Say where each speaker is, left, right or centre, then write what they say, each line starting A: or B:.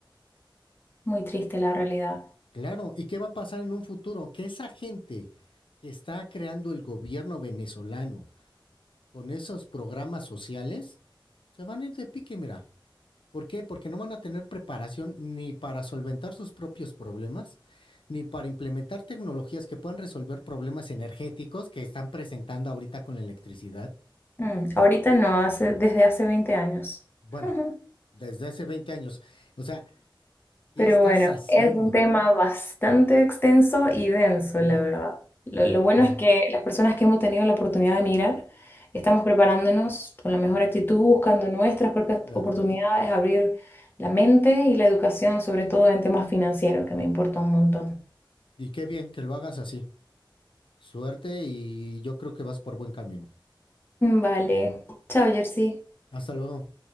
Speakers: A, on the left (about 25°); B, on the left (about 75°).
A: Muy triste la realidad.
B: Claro, ¿y qué va a pasar en un futuro? Que esa gente que está creando el gobierno venezolano con esos programas sociales, se van a ir de pique, mira. ¿Por qué? Porque no van a tener preparación ni para solventar sus propios problemas, ni para implementar tecnologías que puedan resolver problemas energéticos que están presentando ahorita con la electricidad.
A: Mm, Ahorita no, hace, desde hace 20 años.
B: Bueno,
A: <laughs>
B: desde hace 20 años. O sea, ¿qué
A: Pero
B: estás
A: bueno,
B: haciendo?
A: es un tema bastante extenso y denso,
B: Bien,
A: la verdad. Lo, lo
B: total,
A: bueno es que las personas que hemos tenido la oportunidad de mirar estamos preparándonos con la mejor actitud, buscando nuestras propias
B: claro.
A: oportunidades, abrir la mente y la educación, sobre todo en temas financieros, que me importa un montón.
B: Y qué bien que lo hagas así. Suerte y yo creo que vas por buen camino.
A: Vale. Chao, Jersey.
B: Hasta luego.